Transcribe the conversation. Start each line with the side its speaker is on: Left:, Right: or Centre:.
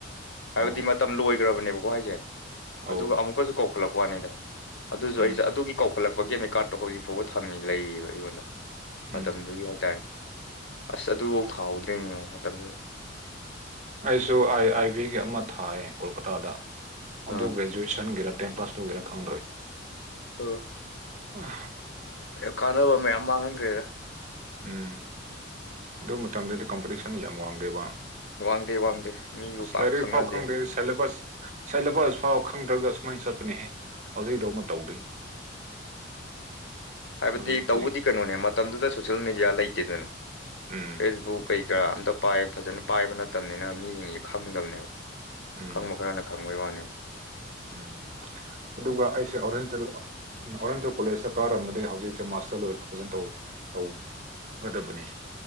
Left: ꯍꯥꯏꯕꯗꯤ
Right: ꯑꯣ
Left: ꯃꯇꯝ ꯂꯣꯏ ꯒꯔꯕꯅꯦꯀꫭ ꯍꯥꯏꯖꯦ
Right: ꯑꯧ
Left: ꯑꯗꯨꯒ ꯑꯃꯨꯛ ꯀꯖꯨ ꯀꯧꯈꯠꯂꯛꯄꯩ ꯋꯥꯅꯤꯗ ꯑꯗꯨꯁꯨ
Right: ꯎꯝ
Left: ꯑꯩ ꯑꯗꯨꯒꯤ ꯀꯧ ꯀꯧꯈꯠꯂꯛꯄꯒꯤ ꯑꯦꯃꯤꯀꯥꯔꯠꯇꯣ ꯍꯧꯖꯤꯛ ꯐꯥꯎꯕ ꯊꯝꯃꯤ ꯂꯩꯔꯤꯕ ꯑꯩꯉꯣꯟꯗ
Right: ꯎꯝ
Left: ꯃꯇꯝꯗꯨꯒꯤ ꯍꯥꯏꯇꯥꯔꯦ ꯑꯁ ꯑꯗꯨꯕꯨꯛ ꯊꯥꯍꯧꯗ꯭ꯔꯤꯅꯦ ꯌꯦꯡꯉꫭ ꯃꯇꯝꯗꯨꯗ
Right: ꯑꯩꯁꯨ ꯑꯥꯏ ꯑꯥꯏ ꯕꯤꯒꯤ ꯑꯃ ꯊꯥꯏꯌꯦ ꯀꯣꯜꯀꯇꯥꯗ
Left: ꯑꯥ
Right: ꯑꯗꯨ ꯒ꯭ꯔꯦꯖꯨꯋꯦꯁꯟꯒꯤꯔ ꯇꯦꯟ ꯄ꯭ꯂꯥꯁ ꯇꯨꯒꯤꯔꯥ ꯈꯪꯗ꯭ꯔꯦ
Left: ꯑ
Right: <unintelligible>
Left: ꯑꯦ ꯀꯥꯟꯅꯕ ꯃꯌꯥꯝ ꯃꯥꯡꯍꯟꯈ꯭ꯔꯦꯗ
Right: ꯎꯝ ꯑꯗꯨ ꯃꯇꯝꯗꯗꯤ ꯀꯝꯄꯤꯇꯤꯁꯟ ꯌꯥꯝ ꯋꯥꯡꯗꯦꯕ
Left: ꯋꯥꯡꯗꯦ ꯋꯥꯡꯗꯦ ꯃꯤꯕꯨ
Right: ꯑꯁ
Left: ꯄꯥꯛ
Right: ꯂꯥꯏꯔꯤꯛ
Left: ꯈꯪꯅꯗꯦ
Right: ꯐꯥꯎ ꯈꯪꯗꯦ ꯁꯦꯂꯦꯕꯁ ꯁꯦꯂꯦꯕꯁ ꯐꯥꯎ ꯈꯪꯗ꯭ꯔꯒ ꯁꯨꯃꯥꯏꯅ ꯆꯠꯄꯅꯦꯍꯦ ꯍꯧꯖꯤꯛꯗꯧꯅ ꯇꯧꯗꯣꯏ
Left: ꯍꯥꯏꯕꯗꯤ
Right: ꯍꯧꯖꯤꯛꯇꯤ
Left: ꯇꯧꯕꯗꯤ ꯀꯩꯅꯣꯅꯦ ꯃꯇꯝꯗꯨꯗ ꯁꯣꯁꯦꯜ ꯃꯦꯗꯤꯌꯥ ꯂꯩꯇꯦꯗꯅ
Right: ꯎꯝ
Left: ꯐꯦꯁꯕꯨꯛ ꯀꯩ ꯀꯔꯥ ꯑꯝꯇ ꯄꯥꯏ ꯐꯖꯅ ꯄꯥꯏꯕ ꯅꯠꯇꯕꯅꯤꯅ ꯃꯤꯁꯤꯡꯁꯦ ꯈꯪꯗꯕꯅꯦꯕ
Right: ꯎꯝ
Left: ꯈꯪꯕ ꯈꯔꯅ ꯈꯪꯕꯩ ꯋꯥꯅꯦ
Right: ꯎꯝ ꯑꯗꯨꯒ ꯑꯩꯁꯦ ꯑꯣꯔꯦꯟꯇꯦꯜ ꯎꯝ ꯑꯣꯔꯦꯟꯇꯜ ꯀꯣꯂꯦꯖꯇ ꯀꯥꯔꯝꯃꯗꯤ ꯍꯧꯖꯤꯛꯁꯦ ꯃꯥꯁꯇꯔ ꯂꯣꯏꯔꯒ ꯐꯖꯟ ꯇꯧ ꯇꯧ ꯒꯗꯕꯅꯤ